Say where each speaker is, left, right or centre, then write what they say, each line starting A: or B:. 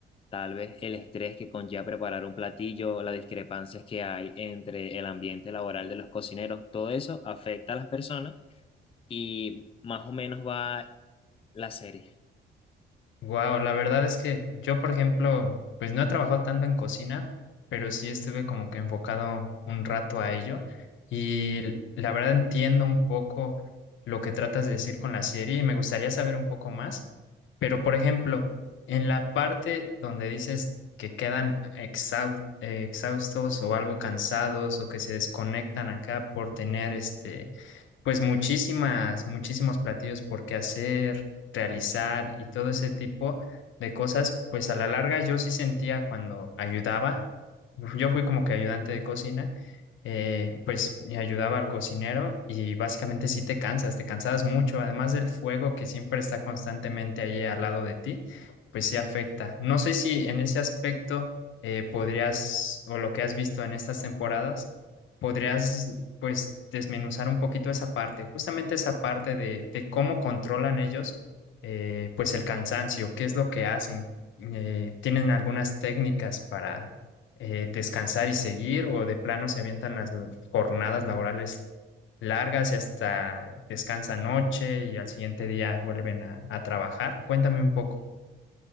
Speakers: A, on the left; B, on the left.
A: Tal vez el estrés que conlleva preparar un platillo, las discrepancias que hay entre el ambiente laboral de los cocineros, todo eso afecta a las personas y más o menos va la serie.
B: Wow, la verdad es que yo, por ejemplo, pues no he trabajado tanto en cocina, pero sí estuve como que enfocado un rato a ello y l- la verdad entiendo un poco lo que tratas de decir con la serie y me gustaría saber un poco más, pero por ejemplo, en la parte donde dices que quedan exhau- eh, exhaustos o algo cansados o que se desconectan acá por tener este, pues muchísimas, muchísimos platillos por qué hacer realizar y todo ese tipo de cosas, pues a la larga yo sí sentía cuando ayudaba, yo fui como que ayudante de cocina, eh, pues me ayudaba al cocinero y básicamente sí te cansas, te cansabas mucho, además del fuego que siempre está constantemente ahí al lado de ti, pues sí afecta. No sé si en ese aspecto eh, podrías, o lo que has visto en estas temporadas, podrías pues desmenuzar un poquito esa parte, justamente esa parte de, de cómo controlan ellos eh, pues el cansancio, ¿qué es lo que hacen? Eh, ¿tienen algunas técnicas para eh, descansar y seguir o de plano se avientan las l- jornadas laborales largas y hasta descansan noche y al siguiente día vuelven a, a trabajar? Cuéntame un poco.